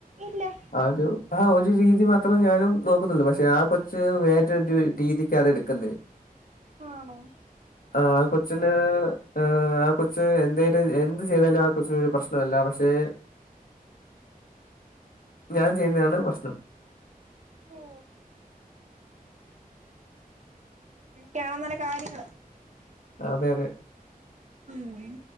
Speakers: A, on the right; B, on the left.
A: ഇല്ല
B: ആഹ് ഒരു ആഹ് ഒരു രീതി മാത്രേ ഞാനും നോക്കുന്നുള്ളൂ പക്ഷെ ആ കൊച്ച് വേറൊരു രീതിക്ക്‌ അത് എടുക്കുന്നില്ല
A: ആണോ
B: ആഹ് കൊച്ചിന് ആഹ് കൊച്ച് എന്തേലും എന്ത് ചെയ്താലും ആഹ് കൊച്ചിന് ഒരു പ്രശ്നല്ല പക്ഷെ- ഞാൻ ചെയ്യുന്നെയാണ് പ്രശ്നം
A: ഓ കാണ <unintelligible> ന്നല്ല കാര്യങ്ങള്
B: അതെ അതെ
A: ഉം